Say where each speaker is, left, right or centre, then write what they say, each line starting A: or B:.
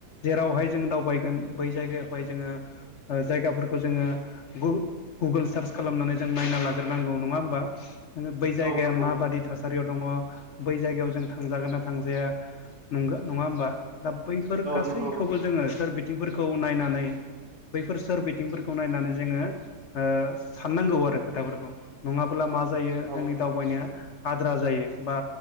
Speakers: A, on the left; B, on the right.
A: जेरावहाय जोंङो दावबायगोन बै जायगायावहाय जोङो ओ जायगाफोरखौ जोङो गुगोल सार्च खालामनानै जों नायना लाग्रोनांगौ नङा होमबा नोङ बै जायगाया
B: औ नंगौ
A: म बादि थास थासारियाव दङ बै जायगायाव जों थांजागोन ना थांजाया नं नङा होमबा दा बैफोर
B: औ
A: गासैखौबो
B: नंगौ
A: जोङो सोर बिथिंफोरखौ नायनानै बैफोर सोर बिथिंफोरखौ नायनानै जों जोङो ओ साननांगौ आरो खोथाफोरखौ नङाबा मा जायो
B: औ
A: जोंनि दावबायनाया आद्रा जायो बा